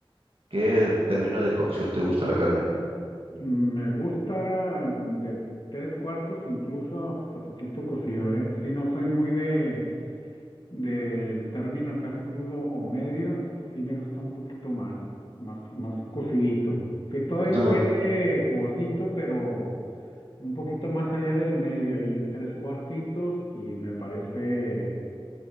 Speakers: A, on the right; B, on the left.
A: qué término de cocción te gusta la carne?
B: Me gusta de tres cuartos, incluso hasta poquito cocido, ¿eh? si no soy muy de del término casi crudo o medio, sí me gusta un poquito más, más, más cocidito. Que todavía
A: O sea, no,
B: quede jugosito, pero un poquito más allá del medio, ahí tres cuartitos y me parece